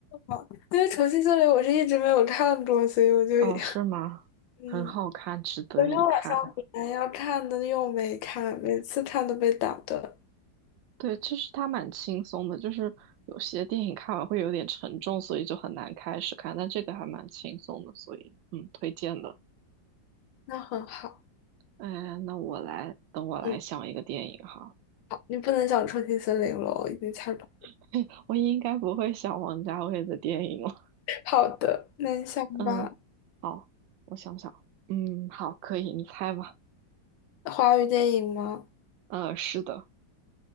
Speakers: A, on the left; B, on the right.
A: 哦，因为《重庆森林》我是一直没有看过，所以我就
B: 哦，是吗？
A: <laughs> 嗯，
B: 很好看，值得一看。
A: 昨天晚上本来要看的又没看，每次看都被打断，
B: 对，就是它蛮轻松的，就是有些电影看完会有点沉重，所以就很难开始看。但这个还蛮轻松的，所以嗯，推荐的。
A: 那很好。
B: 嗯，那我来，等我来想一个电影哈。
A: 嗯，好，你不能讲《重庆森林》了，我已经猜到。
B: <laughs> 我应该不会想王家卫的电影了。
A: 好的，那你想吧，
B: 嗯，好，我想想。嗯，好，可以，你猜吧。
A: 华语电影吗？
B: 呃，是的，